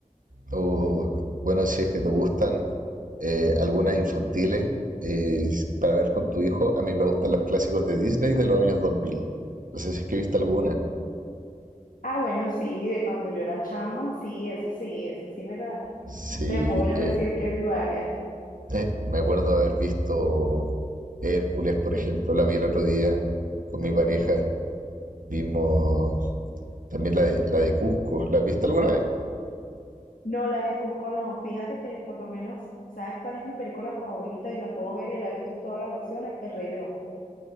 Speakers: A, on the right; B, on the left.
A: O bueno, si es que te gustan eh, algunas infantiles eh, para ver con tu hijo, a mí me gustan los clásicos de Disney de los años 2000. No sé si es que viste alguna.
B: Ah, bueno, sí, de cuando yo era chama, sí, eso sí, eso sí, mira,
A: Sí,
B: te puedo yo
A: eh,
B: decir que vi varias.
A: Eh, me acuerdo de haber visto Hércules, por ejemplo, la vi el otro día con mi pareja. Vimos también la de, la de Cusco. ¿La has visto alguna vez?
B: No, la de Cusco no, fíjate que por lo menos, ¿sabes cuál es mi película favorita? Y la puedo ver y la he visto en todas las versiones, El Rey León.